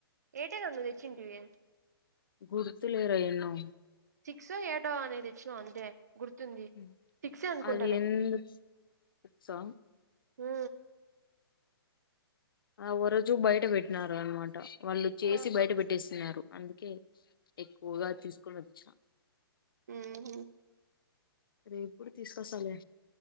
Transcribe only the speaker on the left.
గుర్తులేరా ఎన్నో
ఉమ్.
అది ఎందుకు బుక్సా
ఆ ఓరోజు బయట పెట్టినారు అన్నమాట వాళ్ళు చేసి
బయట పెట్టేస్తున్నారు అందుకే ఎక్కువగా తీసుకొని వచ్చా
రేపు కూడా తీసుకొస్తాలే